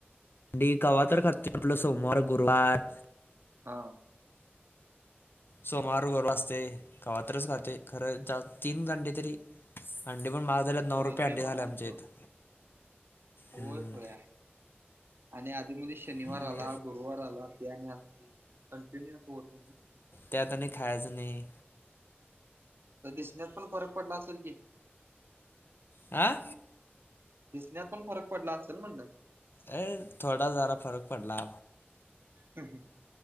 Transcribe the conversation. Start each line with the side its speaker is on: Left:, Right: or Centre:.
Left: डी कवातर खा <unintelligible> सोमवार, गुरवार
Right: हा,
Left: सोमवार, गुरवार
Right: हा
Left: असते. कवातरीच खातोय. खरं तीन घंटे तरी अंडी पण महाग झाल्यात. नऊ
Right: होय
Left: रुपये अंडी
Right: ते
Left: झाले
Right: पण
Left: आमच्या
Right: आहेच सोड
Left: इथं.
Right: होय
Left: हम्म.
Right: होया आणि अधीमधी शनिवार
Left: हम्म,
Right: आला, गुरुवार आला, ते आणि आ कंटिन्यू होत.
Left: त्या हातानी खायच नाही.
Right: त दिसण्यात पण फरक पडला असेल की,
Left: आं,
Right: दिसण्यात पण फरक पडला असल म्हणलं.
Left: ये थोडा जरा फरक पडला.
Right: ह ह हं,